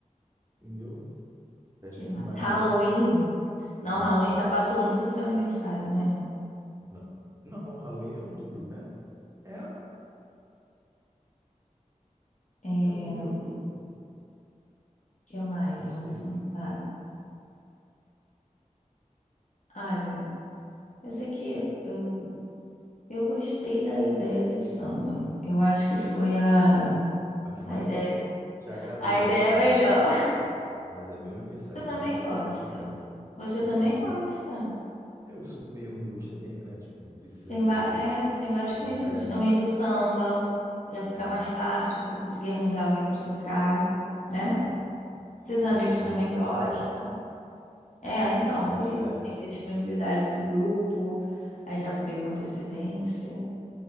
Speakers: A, on the right; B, on the left.
A: Entendeu? Festa
B: Que
A: de
B: mais?
A: primavera.
B: Halloween? Não,
A: Não,
B: Halloween já passou muito do seu aniversário, né?
A: não, não, Halloween é outubro, né? É,
B: É,
A: Halloween é
B: o
A: outubro.
B: que mais?
A: Não
B: Vamos
A: sei.
B: pensar. Olha, eu sei que eu Eu gostei da ideia de samba. Eu acho que foi a,
A: A que mais
B: a ideia,
A: te agradou,
B: a
A: mas
B: ideia
A: é
B: é melhor.
A: o meu aniversário.
B: <laughs>
A: Mas é meu aniversário,
B: Você também
A: não é seu
B: gosta.
A: aniversário.
B: Você
A: Eu
B: também
A: gosto
B: gosta.
A: também. É, Eu sou meio, o meu gosto é bem eclético, não precisa
B: Você tem,
A: ser
B: va- é, você tem vários
A: necessariamente
B: conhecidos também do samba. Já fica
A: assim.
B: mais fácil de você conseguir arranjar alguém para tocar,
A: assim,
B: né?
A: assim.
B: Seus
A: Tem
B: amigos
A: que ter disponibilidade
B: também gostam.
A: também.
B: É,
A: Tem que
B: então,
A: ter disponibilidade
B: por isso,
A: no
B: tem
A: dia.
B: que ter disponibilidade do grupo, aí já vê com antecedência.